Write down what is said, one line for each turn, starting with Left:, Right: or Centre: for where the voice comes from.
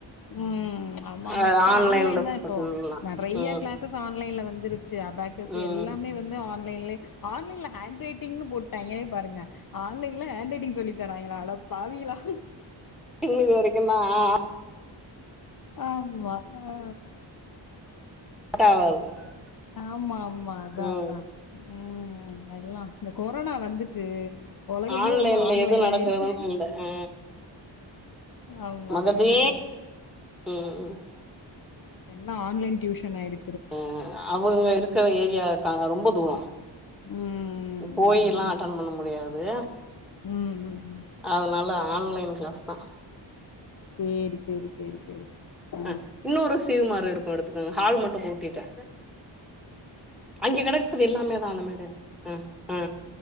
Left: ம் ஆமாமா
Centre: அ
Left: இப்ப
Centre: ஆன்லைன்ல
Left: ஆன்லைன் தா இப்போ
Centre: பண்ணிர்லா
Left: நறைய
Centre: ம்
Left: கிளாஸஸ் ஆன்லைன்ல வந்துருச்சு அபாகஸ்
Centre: ம்
Left: எல்லாமே வந்து ஆன் லைன்லே ஆன்லைன்ல ஹேண்ட் ரைட்டிங்னு போட் டாய்ங்க பாருங்க ஆன்லைன் ல ஹேண்ட் ரைட்டிங் சொல்லித்தராங்க ளா அட பாவியளா
Centre: <unintelligible>
Left: ஆமா ஆ
Centre: <unintelligible>
Left: ஆமா ஆமா அதா
Centre: ம்
Left: அதான் ம் ம் ப எல்லா இந்த கொரோனா வந்துட்டு உலகமே
Centre: ஆன்லைன்ல
Left: வந்து ஆன்லைன்
Centre: எது நடக்குறதுன்னு
Left: ஆயிருச்சு
Centre: இல்ல அ
Left: ஆமா
Centre: மகதி
Left: ஆ
Centre: ம் ம்
Left: எல்லா ஆன்லைன் டியூஷன் ஆய்டு
Centre: அ அவுங்க இருக்குற ஏரியாருகாங்க ரொம் ப துரோம்
Left: ம் ம்
Centre: போயில்லா
Left: ம்
Centre: அட்டன் பண்ண முடியாது
Left: ம் ம் ம்
Centre: அதுனால ஆன்லைன் கிளாஸ் னா
Left: சேரி சேரி சேரி சேரி ஆ
Centre: அ இன்னோரு சீவ்மாரு இருக்கும் எடுத்துக்கோங்க ஹால் மட் கூட்டிட்டே அஞ்சு கணக் அது எல்லாமே தான மேடது ஆ ஆ